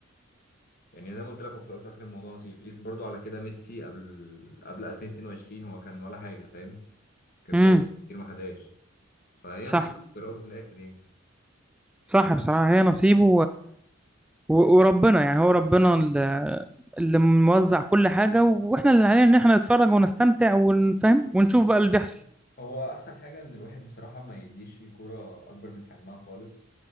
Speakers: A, on the left; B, in the centre.
A: يعني زي ما قلت لك هو في الاول وفي الاخر الموضوع نصيب قيس برضو على كده ميسي قبل قبل 2022 هو كان ولا حاجه فاهم كان
B: امم
A: في أوقات كتير ما خدهاش فهي
B: صح
A: نصيب في الاول وفي الاخر يعني
B: صح بصراحة هي نصيبه و- وربنا يعني هو ربنا ال- اللي موزع كل حاجة واحنا اللي علينا ان احنا نتفرج ونستمتع ونفهم ونشوف
A: بالظبط
B: بقى اللي بيحصل
A: هو احسن حاجه ان الواحد بصراحه ما يديش الكوره اكبر من حجمها خالص